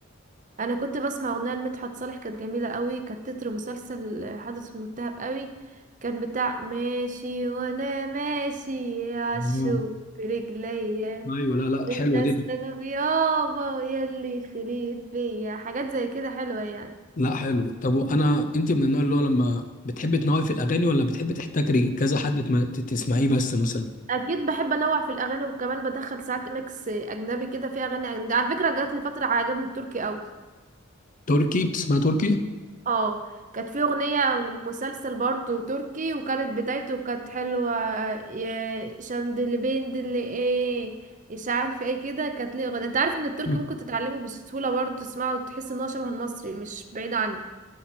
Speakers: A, on the right (about 40°); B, on the left (about 40°).
A: أنا كنت بسمع أغنية لمدحت صالح كانت جميلة أوي كانت تتر مسلسل حدث متهم أوي كان بتاع ماشي وأنا ماشي عالشوق
B: آه.
A: برجليا
B: ايوه لا لا
A: انت
B: حلوه
A: السبب
B: دي
A: يابا يلي خليت بيا حاجات زي كده حلوة يعني
B: لا حلو طب انا مم. انت من النوع اللي هو لما بتحبي تنوعي في الاغاني ولا بتحبي تحتكري كذا حد تم- تسمعيه بس مثلا
A: اكيد بحب انوع في الاغاني وكمان بدخل ساعات ميكس اجنبي كده في اغاني أجنبي. على فكرة جات لي فترة عجبني التركي قوي
B: تركي بتسمعي تركي
A: اه كانت في اغنية لمسلسل برضو تركي وكانت بدايته كانت حلوة يا شندلي بين دلي ايه مش عارفة ايه كده كانت ليه اغنية انت عارف ان التركي
B: <laughs>
A: ممكن تتعلمه بسهولة برضو تسمعه وتحس ان هو شبه المصري مش بعيد عنه